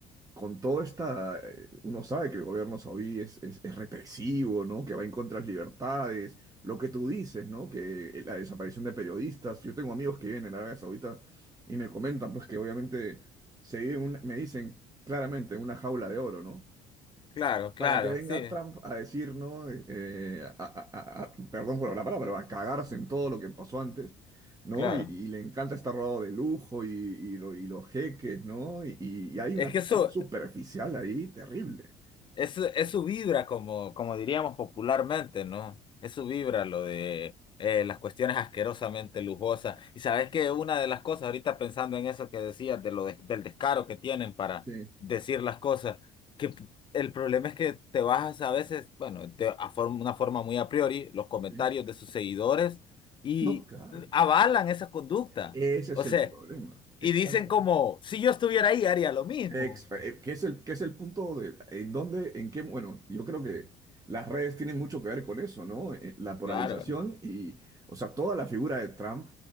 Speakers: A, on the right; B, on the left.
A: con todo esta, eh, uno sabe que el gobierno saudí es, es, es represivo, ¿no? Que va en contra de las libertades, lo que tú dices, ¿no? Que eh, la desaparición de periodistas. Yo tengo amigos que viven en Arabia Saudita y me comentan, pues, que obviamente se vive en una- me dicen claramente, en una jaula de oro, ¿no?
B: <laughs> claro, claro,
A: Para que venga
B: sí,
A: Trump a decir, ¿no? Eh, eh, a- a- a- a- perdón por la palabra, pero a cagarse en todo lo que pasó antes, ¿no?
B: claro.
A: Y, y le encanta estar rodeado de lujo y, y lo- y los jeques, ¿no? Y, y hay
B: Es
A: una
B: que
A: cuestión
B: eso,
A: superficial ahí terrible.
B: Es, su- es su vibra, como, como diríamos popularmente, ¿no? Es su vibra lo de eh, las cuestiones asquerosamente lujosas. Y sabes que una de las cosas, ahorita pensando en eso que decías, de lo de- del descaro que tienen para
A: Sí,
B: decir las cosas, que p- el problema es que te bajas a veces, bueno, de a forma- una forma muy a priori, los comentarios
A: sí.
B: de sus seguidores y
A: No, claro.
B: avalan esa conducta.
A: Ese
B: O
A: es
B: sea,
A: el problema. Exacto.
B: y dicen como, si yo estuviera ahí, haría lo mismo.
A: Ex- eh, ¿Qué es el, qué es el punto de en dónde, en qué? Bueno, yo creo que las redes tienen mucho que ver con eso, ¿no? Eh, La polarización
B: Claro.
A: y, o sea, toda la figura de Trump